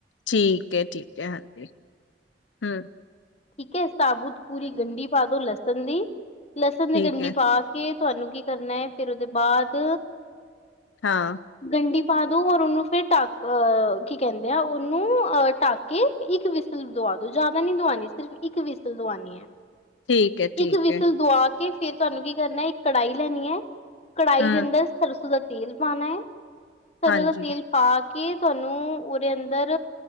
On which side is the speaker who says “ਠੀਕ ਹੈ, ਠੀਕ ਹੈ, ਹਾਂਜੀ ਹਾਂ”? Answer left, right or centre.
Left